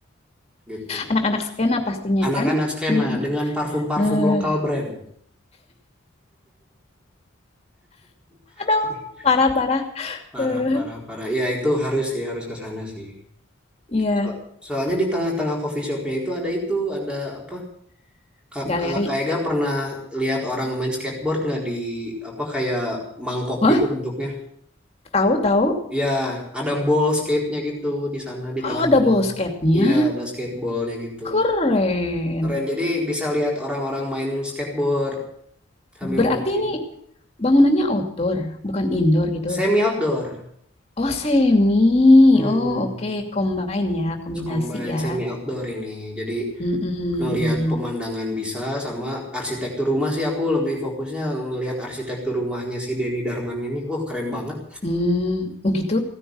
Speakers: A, in the centre; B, on the left.
A: gitu.
B: anak-anak skena pastinya
A: Anak-anak
B: kan.
A: skena
B: Mm.
A: dengan parfum-parfum
B: Eh,
A: lokal brand. <laughs>
B: Aduh, parah-parah.
A: Parah,
B: Eh,
A: parah, parah. Ya itu harus sih, harus ke sana sih.
B: Iya,
A: So- soalnya di tengah-tengah coffee shopnya itu ada itu, ada apa? Kak,
B: galeri.
A: Kak Ega pernah lihat orang main skateboard nggak di apa kayak mangkok
B: Wah,
A: gitu bentuknya?
B: tahu-tahu.
A: Iya, ada ball skate-nya gitu di sana di
B: Oh,
A: tengah-tengah.
B: double skate-nya.
A: Iya, ada skateballnya gitu.
B: Keren.
A: Keren. Jadi bisa lihat orang-orang main skateboard sambil
B: Berarti
A: ngopi.
B: ini bangunannya outdoor, bukan indoor gitu.
A: Semi outdoor.
B: Oh, semi.
A: Hmm,
B: Oh, oke. Combine ya, kombinasi
A: combine
B: ya.
A: semi outdoor ini. Jadi
B: Hmm, hmm,
A: ngelihat
B: hmm.
A: pemandangan bisa sama arsitektur rumah sih aku lebih fokusnya ngelihat arsitektur rumahnya si Denny Darman ini. Uh, keren banget.
B: Hmm, oh gitu.